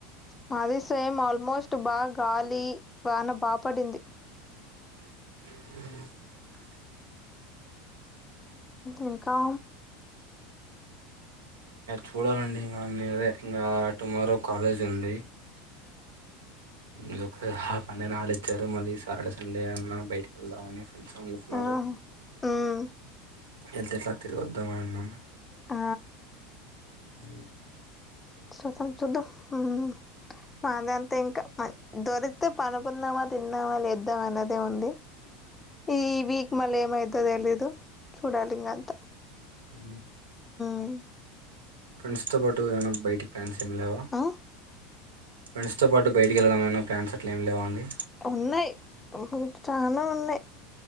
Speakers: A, on the left; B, on the right.
A: మాది సేమ్ ఆల్మోస్ట్ బాగా గాలి వాన బాపడింది.
B: అ
A: ఇంకా
B: చూడాలండి ఇంకా న ఇంకా టుమారో కాలేజ్ ఉంది ఇ ఒకకా హాలిడే ఇచ్చారు మళ్ళీ సాడే సండే అన్నా బయటకి వెళ్దామని ఫ్రెండ్స్ అనుకుంటున్నారు
A: ఆ ఉమ్
B: వెళ్తే ఎట్లా తిరిగోద్దామ అన్నాం
A: ఆ
B: హ
A: సుతాం సుద్దము మాదంతా ఇంకా దొరికితే పనుకుందామా తిందామా లేద్దామ అనేది ఇదే ఉంది ఈ వీక్ మళ ఏమైద్దది తెలిదు చూడాలింగా అంతే
B: హ
A: అ
B: ఫ్రెండ్స్ తో పాటు ఏమన్న బయటికి ప్లాన్స్ ఏం లేవా
A: ఆ
B: ఫ్రెండ్స్ తో పాటు బయటి పిల్ల ఏమన్న్యాట్ సర్ట్ ఏమి లే అండి
A: ఉన్నాయి్ చానా ఉన్నాయి్